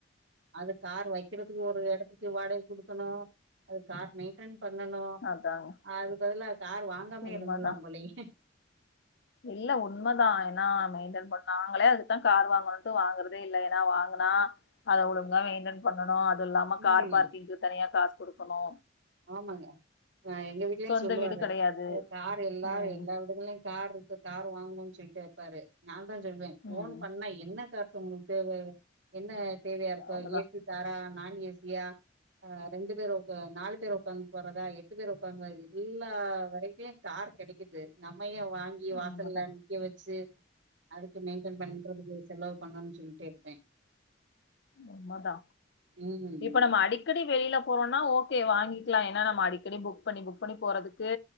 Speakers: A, on the right; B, on the left.
A: அது கார் வைக்கிறதுக்கு ஒரு எடத்துக்கு வாடகை குடுக்கணு அது கார் மெயிட்டன் பண்ணணு
B: அதாங்க
A: அது பதிலா கார் வாங்காமே
B: உண்மதா
A: இருந்துர்லாம் போலியே
B: இல்ல உண்மைதா ஏன்னா மெயின்டென் பண்ண நாங்களே அதுக்குதா கார் வாங்கணுன்ட்டு வாங்கறதே இல்ல ஏன்னா வாங்குனா அத ஒழுங்கா மெயின்டென் பண்ணணு அது இல்லாம
A: ம்
B: கார் பார்க்கிங்க்கு தனியா காசு குடுக்கணு
A: ஆமாங்க அ எங்க வீட்லயு
B: சொந்த
A: சொல்லுவாரு
B: வீடு கெடையாது
A: கார் எல்லா
B: ம்
A: எல்லா வீடுகல்லயு கார் இருக்கு கார் வாங்கணுனு சொல்லிட்டே இருப்பாரு நாந்தா சொல்வே ஃபோன்
B: ம்
A: பண்ணா என்ன துக்காக உங்களுக்கு தேவ என்ன தேவையா இருக்கு
B: அவ்ளோதா
A: ஏ சி காரா நான் ஏ சி யா அ ரெண்டு பேர் உக்க நாலு பேர் உக்காந்து போறதா எட்டு பேர் உக்காந்து எல்லா வெரைட்டிலு கார் கெடைக்குது நம்ம ஏ வாங் கி வாசல்ல
B: உண்மதா
A: நிக்க வெச்சு அதுக்கு மெயின்டென் பண்றதுக்கு செலவு பண்ணுனு சொல்லிட்டே இருப்பே
B: உண்மதா
A: ம்
B: இப்ப நம்ம அடி க்கடி வெளியில போறோனா ஓகே வாங்கிக்லா ஏனா நம்ம அடிக்கடி புக் பண்ணி புக் பண்ணி போறதுக்கு